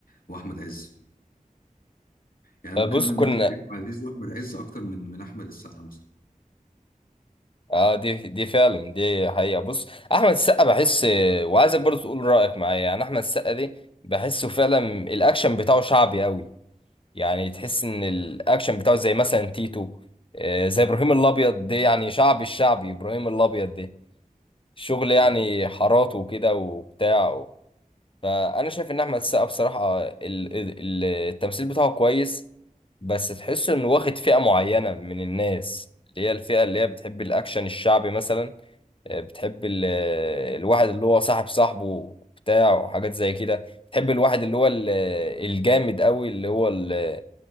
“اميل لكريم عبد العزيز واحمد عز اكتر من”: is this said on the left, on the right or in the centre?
Left